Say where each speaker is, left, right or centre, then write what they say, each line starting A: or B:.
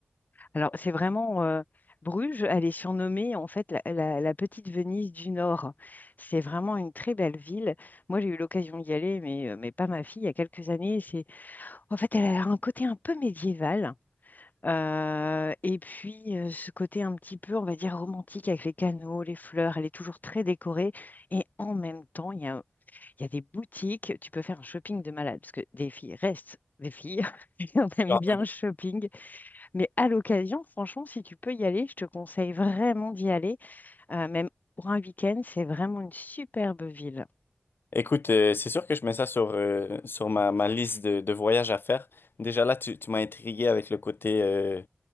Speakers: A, on the left; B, on the left.
A: Alors, c'est vraiment euh, Bruges. Elle est surnommée en fait la, la- la petite Venise du Nord. C'est vraiment une très belle ville. Moi, j'ai eu l'occasion d'y aller, mais, euh, mais pas ma fille, il y a quelques années. C'est En fait, elle a un côté un peu médiéval. euh, et puis, euh, ce côté un petit peu, on va dire, romantique avec les canaux, les fleurs. Elle est toujours très décorée. Et en même temps, il y a, il y a des boutiques. Tu peux faire un shopping de malade parce que des filles restent des filles. <laughs> et On aime
B: Genre,
A: bien
B: euh,
A: le shopping. Mais à l'occasion, franchement, si tu peux y aller, je te conseille vraiment d'y aller. Euh, même pour un week-end, c'est vraiment une superbe ville.
B: Écoute, euh, c'est sûr que je mets ça sur, euh, sur ma, ma liste de, de voyages à faire. Déjà là, tu, tu m'as intrigué avec le côté euh,